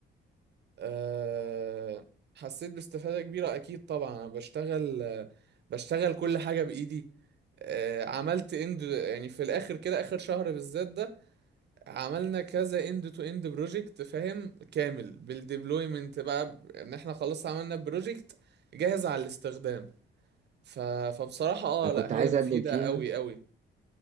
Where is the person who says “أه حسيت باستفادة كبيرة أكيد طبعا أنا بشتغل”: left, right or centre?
Right